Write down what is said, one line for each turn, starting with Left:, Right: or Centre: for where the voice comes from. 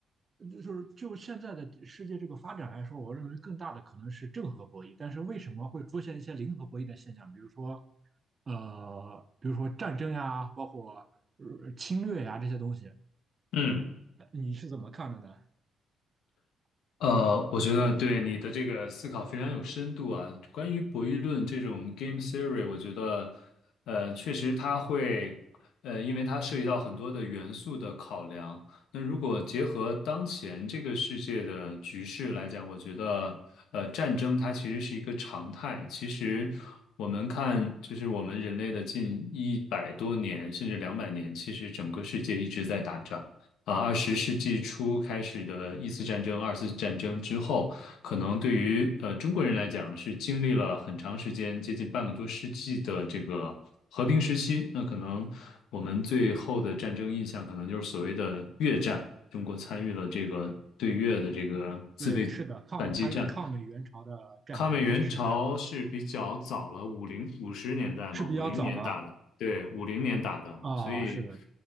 Right: 呃就是就现在的世界这个发展来说，我认为更大的可能是正和博弈。但是为什么会出现一些零和博弈的现象？比如说，呃，比如说战争呀，包括呃侵略呀这些东西。
Left: 嗯。
Right: 呃你是怎么看的呢？
Left: 呃，我觉得对你的这个思考非常有深度啊。关于博弈论这种 game theory，我觉得，呃，确实它会，呃，因为它涉及到很多的元素的考量。那如果结合当前这个世界的局势来讲，我觉得，呃，战争它其实是一个常态。其实我们看，就是我们人类的近一百多年，甚至两百年，其实整个世界一直在打仗。啊，二十世纪初开始的一次战争、二次战争之后，可能对于呃中国人来讲是经历了很长时间，接近半个多世纪的这个和平时期。那可能我们最后的战争印象，可能就是所谓的越战，中国参与了这个对越的这个自卫反击战。
Right: 对，是的，抗还有抗美援朝的战争，
Left: 抗美援朝是比较早了，
Right: 是的，
Left: 五零五十年代嘛，
Right: 是比较早了
Left: 五零年打的，对，五零年打的，
Right: 啊，
Left: 所以，
Right: 是的，